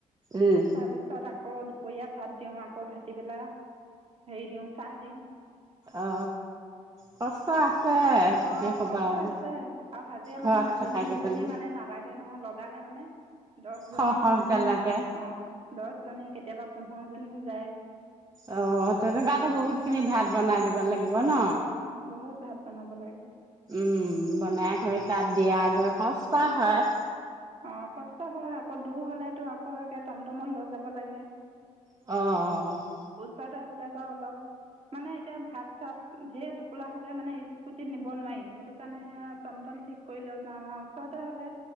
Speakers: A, on the right; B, on the right.
A: উম
B: তাৰপিছত আকৌ দু <unintelligible> দুপৰীয়া ভাত দিওঁ আকৌ ভাটিবেলা, হেৰি দিওঁ চাহ দিওঁ।
A: অ কষ্ট আছে
B: অ
A: সেই ক'বা
B: কষ্ট
A: আৰু
B: আছে আৰু হাজিৰা
A: ঘৰত
B: মানুহ এজনী
A: থকা কেইজনী
B: দুজনী মানে নালাগে নহয় লগালে মানে। দচ জনী,
A: খৰ খৰকে লাগে
B: অ দহজনীক। কেতিয়াবা পোন্ধৰজনীও যায়।
A: অ তেনেকুৱাতো বহুত খিনি ভাত বনাই দিব ভাল লাগিব ন।
B: অ বহুত ভাত বনাব লাগে
A: উম বনাই কৰি <inaudible> তাত দিয়া আগৈ কষ্ট হয়।
B: অ', কষ্ট হয় অকন দূৰ হ'লেতো আকৌ একে টমটমত লৈ যাব লাগে
A: অ- অ -অ
B: ওচৰতে হ'লে বাও অলপ, মানে এতিয়া ভাত-চাত ঢেৰ টোপোলা হ'লে মানে স্কুটিত নিব নোৱাৰি সেইটো কাৰণেহে আও টমটম ঠিক কৰি লৈ যাওঁ আও অ তে হলে